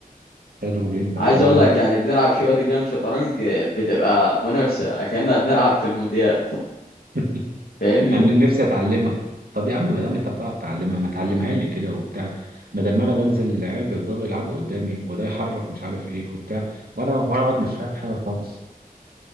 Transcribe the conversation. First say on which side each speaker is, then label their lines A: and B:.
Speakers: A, on the right; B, on the left.
A: حلو جدا
B: عايز
A: انا
B: اقول لك يعني بنلعب شويه جيم شطرنج آه، بتبقى منافسه كأننا بنلعب في المونديال
A: <laughs>
B: فاهمني
A: انا نفسي اتعلمها طب يا عم ما دام انت بتعرف تعلمها ما تعلمها لي كده وبتاع بدل ما انا بنزل العيال بيفضلوا يلعبوا قدامي وده يحرك مش عارف ايه وبتاع وانا وانا اقعد مش فاهم حاجه خالص